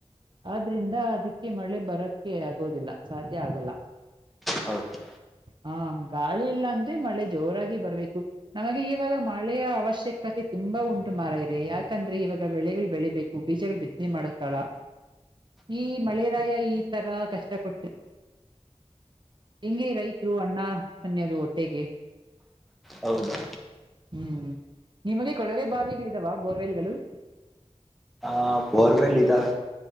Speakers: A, on the right; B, in the centre.
A: ಆದ್ರಿಂದ ಅದ ಅಕೆ ಮಳೆ ಬರಕ್ಕೆ ಆಗೋದಿಲ್ಲ ಸಾಧ್ಯ ಆಗಲ್ಲ
B: ಹೌದು
A: ಹಾ ಗಾಳಿ ಇಲ್ಲ ಅಂದ ಮಳೆ ಜೋರಾಗಿ ಬರಬೇಕು ನಮಗೆ ಈವಾಗ ಮಳೆಯ ಅವಶ್ಯಕತೆ ತುಂಬಾ ಉಂಟು ಮಾರ ಇದೆ ಯಾಕೆ ಯಾಕಂದ್ರೆ ಇವಾಗ ಬೆಳೆಗಳು ಬೆಳಿಬೇಕು ಬೀಜಗಳು ಬಿತ್ತನೆ ಮಾಡಕಳ ಈ ಮಳೆರಾಯ ಈ ತರ ಕಷ್ಟ ಕೊಟ್ಟ ಹೆಂಗೆ ರೈತರು ಅಣ್ಣ ಸನ್ನಯದು ಹೊಟ್ಟೆಗೆ
B: ಹೌದಾ
A: ಹ್ಮ್ ನಿಮಗೆ ಕೊಳವೆ ಬಾವಿಗಳಿದಾವ ಬೋರ್ವೆಲ್ ಗಳು
B: ಹಾ ಬೋರ್ ವೆಲ್ ಇದಾವೆ